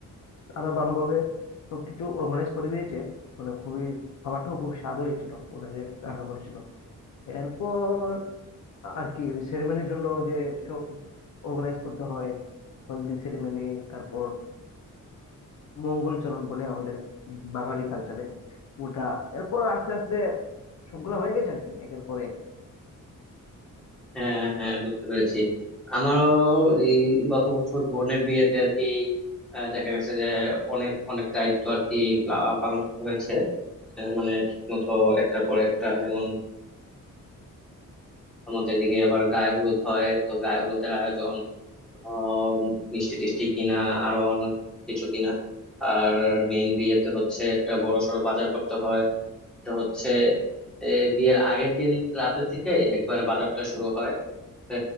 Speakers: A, on the left (about 60°); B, in the centre.
A: আরো ভালোভাবে সবকিছু অর্গানাইজ করে দিয়েছে মানে খুবই খাবারটাও খুব স্বাদ হয়েছিল ওটা যে রান্না করেছিল এরপর আর কি ওই সেরেমনির জন্য যে সব অর্গানাইজ করতে হয় হলদি সেরেমনি তারপর মঙ্গলচরণ বলে আমাদের বাঙালি কালচারে ওটা এরপর আস্তে আস্তে সবগুলা হয়ে গেছে আর কি একের পর এক
B: হ্যাঁ হ্যাঁ বুঝতে পেরেছি আমারও এই গত বছর বোনের বিয়েতে আর কি আহ, দেখা গেছে যে অনেক অনেক দায়িত্ব আর কি প্লা- পালন করতে হয়েছে আহ, মানে ঠিক মতো একটার পর একটা যেমন আমাদের দিকে আবার গায়ে হলুদ হয় তো গায়ে হলুদের আয়োজন আহ, মিষ্টি টিষ্টি কিনা আরো অনেক কিছু কিনা আর মেন বিয়েতে হচ্ছে একটা বড় সড়ো বাজার করতে হয় তো হচ্ছে এ, বিয়ের আগের দিন রাতে থেকে একবারে বাজারটা শুরু হয় এ,